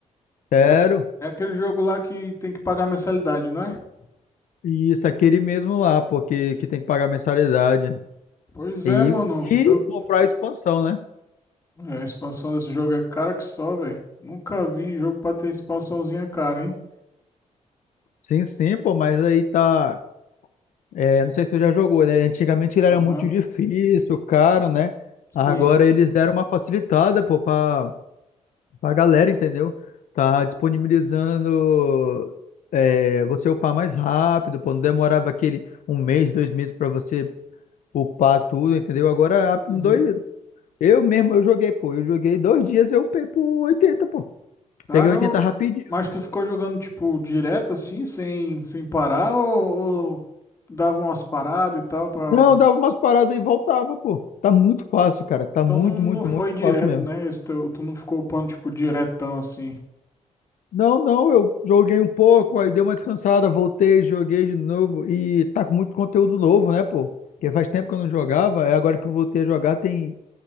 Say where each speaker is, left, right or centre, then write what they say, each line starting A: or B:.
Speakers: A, on the left; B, on the left.
A: Sério?
B: É, aque- é aquele jogo lá que tem que pagar mensalidade, não é?
A: E Isso, aquele mesmo lá, pô, que, que tem que pagar mensalidade.
B: Pois
A: E,
B: é, mano.
A: e
B: Eu...
A: comprar a expansão, né?
B: é, A expansão desse jogo é cara que só, velho. Nunca vi jogo pra ter expansãozinha cara, hein?
A: Sim, sim, pô, mas aí tá. é, não sei se tu já jogou, né? Antigamente ele era
B: Aham.
A: muito difícil, caro, né?
B: Sim.
A: Agora eles deram uma facilitada, pô, pra, A galera, entendeu? Tá disponibilizando é, você upar mais rápido, pô. Não demorava aquele um mês, dois meses pra você upar tudo, entendeu? Agora,
B: Uhum.
A: a- em dois, eu mesmo, eu joguei, pô. Eu joguei dois dias, eu upei por oitenta pô.
B: Caramba,
A: Peguei 80 rapidinho.
B: mas tu ficou jogando, tipo, direto assim, sem, sem parar ou, ou dava umas paradas e tal pra.
A: Não, dava umas paradas e voltava, pô. Tá muito fácil, cara. Tá
B: Então
A: muito,
B: não,
A: muito,
B: não foi
A: muito
B: direto,
A: fácil mesmo.
B: né? Esse teu- tu não ficou upando, tipo, diretão assim.
A: Não, não, eu joguei um pouco, aí dei uma descansada, voltei, joguei de novo e tá com muito conteúdo novo, né, pô? Porque faz tempo que eu não jogava, é agora que eu voltei a jogar, tem,